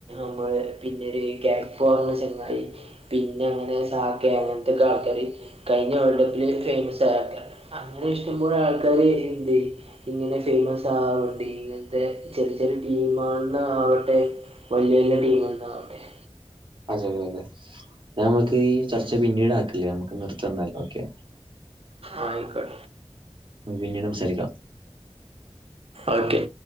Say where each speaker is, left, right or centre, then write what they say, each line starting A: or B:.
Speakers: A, on the right (about 65°); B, on the right (about 50°).
A: <unintelligible> പിന്നെരു കാപോ പറഞ്ഞൊരു ചെങ്ങായി പിന്നെ അങ്ങനെ സാക്ക അങ്ങനത്തെ ആൾക്കാര് കഴിഞ്ഞ വേൾഡ് കപ്പില് ഫേമസ്- അങ്ങനെ ഇഷ്ടംപോലെ ആൾക്കാര് ഇണ്ട് ഇങ്ങനെ ഫേയ്മസ് ആവണ്ടി ഇന്നത്തെ ചെറിയ ചെറിയ ടീം ആണെന്ന് ആകട്ടെ വലിയ വലിയ ടീം ആണെന്ന് ആകട്ടെ-
B: അതെ അതെ നമുക്കീ ചർച്ച പിന്നീട് ആക്കില്ലേ നമ്മുക്ക് നിർത്തന്നാലോ ഓക്കേ
A: ആഹ് ആയിക്കോട്ടെ.
B: പിന്നീട് സംസാരിക്കാം.
A: ഓക്കേ